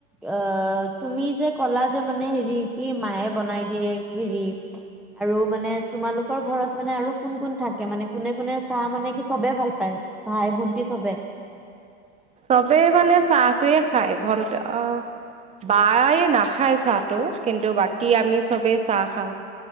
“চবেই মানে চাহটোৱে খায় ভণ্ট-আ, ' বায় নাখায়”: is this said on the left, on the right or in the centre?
Right